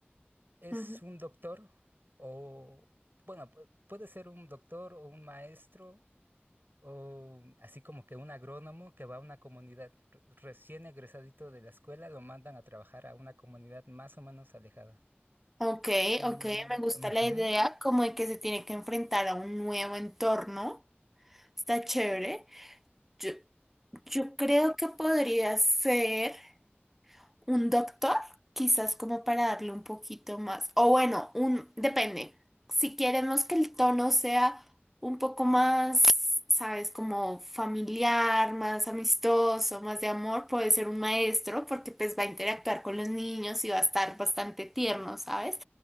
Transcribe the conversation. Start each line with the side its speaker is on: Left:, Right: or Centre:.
Right: es
Centre: Ujú.
Right: un doctor o, bueno, pu- puede ser un doctor o un maestro o así como que un agrónomo que va a una comunidad re- recién egresadito de la escuela, lo mandan a trabajar a una comunidad más o menos alejada.
Centre: Ok,
Right: Y...
Centre: ok, me gusta
Right: ujú,
Centre: la idea como de que se tiene que enfrentar a un nuevo entorno. Está chévere. Yo, yo creo que podría ser. un doctor, quizás como para darle un poquito más. O bueno, un, depende. Si queremos que el tono sea un poco más, sabes, como familiar, más amistoso, más de amor, puede ser un maestro, porque pues va a interactuar con los niños y va a estar bastante tierno, ¿sabes?